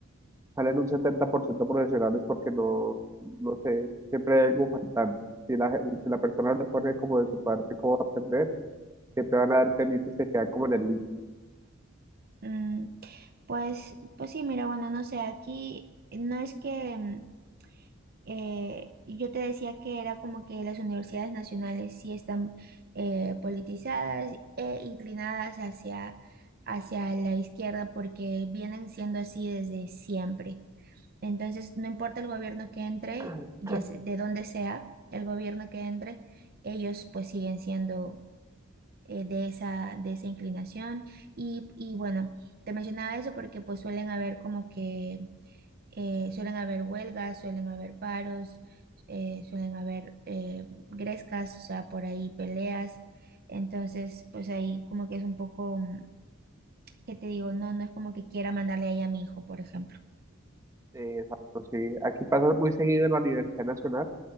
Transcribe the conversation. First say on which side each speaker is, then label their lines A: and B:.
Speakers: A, on the right; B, on the right.
A: salen un 70% profesionales porque no, no sé, siempre hay algo faltante. Si la, gen- si la persona le pone como de su parte cómo aprender, siempre van a dar temitos que quedan como en el link.
B: mm, pues, pues sí, mira, bueno, no sé, aquí no es que... mm, eh, y yo te decía que era como que las universidades nacionales sí están eh, politizadas e inclinadas hacia, hacia la izquierda porque vienen siendo así desde siempre. Entonces, no importa el gobierno que entre,
A: <clears throat>
B: ya se- de dónde sea el gobierno que entre, ellos pues siguen siendo eh, de esa, de esa inclinación. Y, y bueno, te mencionaba eso porque pues suelen haber como que eh, suelen haber huelgas, suelen haber paros, eh, suelen haber eh, grescas, o sea, por ahí peleas. Entonces, pues ahí como que es un poco, mm, ¿qué te digo? No, no es como que quiera mandarle ahí a mi hijo, por ejemplo.
A: Eh, Exacto, sí. Aquí pasa muy seguido en la Universidad Nacional,